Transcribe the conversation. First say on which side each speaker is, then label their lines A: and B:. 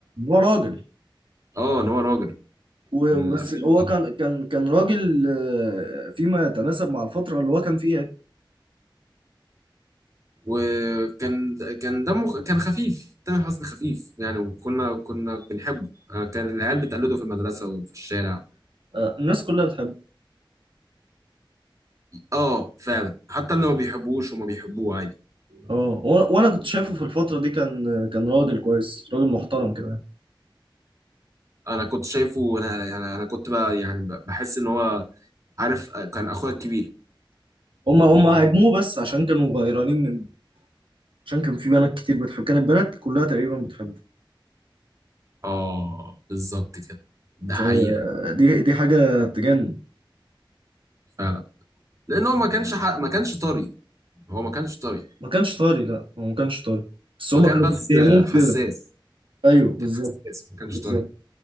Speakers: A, on the right; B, on the right.
A: هو راجل
B: اه ان هو راجل
A: وبس
B: من الافلام
A: هو كان كان كان راجل آه، فيما يتناسب مع الفترة اللي هو كان فيها دي
B: وكان كان دمه كان خفيف تامر حسني خفيف يعني وكنا كنا بنحبه أنا كان العيال بتقلده في المدرسة وفي الشارع
A: آه، الناس كلها بتحبه
B: اه فعلا حتى اللي ما بيحبوش وما بيحبوه عادي
A: اه وأنا وأنا كنت شايفه في الفترة دي كان كان راجل كويس راجل محترم كده
B: انا كنت شايفه انا انا أنا كنت بقى يعني ب- بحس ان هو عارف آه، كان اخويا الكبير
A: هم هم هاجموه بس عشان كانوا غيرانين من عشان كان في بنات كتير بتحب كانت بنات كلها تقريبا بتحبه
B: اه بالظبط كده ده
A: فدي
B: حقيقة
A: دي حاجة تجنن
B: فعلا لان هو ما كانش ح... ما كانش طري هو ما كانش طري
A: ما كانش طاري لا هو ما كانش طاري بس هم
B: هو كان
A: كانوا
B: بس
A: بيتهموه
B: حساس
A: كده ايوه بالظبط
B: كان حساس ما كانش
A: بالظبط
B: طري